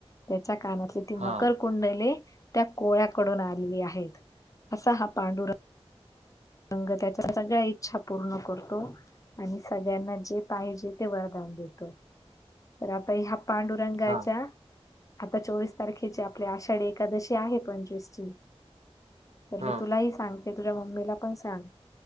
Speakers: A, on the left (about 30°); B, on the right (about 90°).
A: त्याच्या कानातली ती
B: हां,
A: मकर कुंडले त्या कोळ्याकडून आलेली आहेत असा हा पांडुर रंग त्याच्या सगळ्या इच्छा पूर्ण करतो. आणि सगळ्यांना जे पाहिजे ते वरधान देतो तर आता ह्या पांडु रंगाच्या
B: हां,
A: आता चोवीस तारखेची आपली आषाढी एकादशी आहे पंचवीसची तर
B: हां.
A: मी तुलाही सांगते तुझ्या मम्मीला पण सांग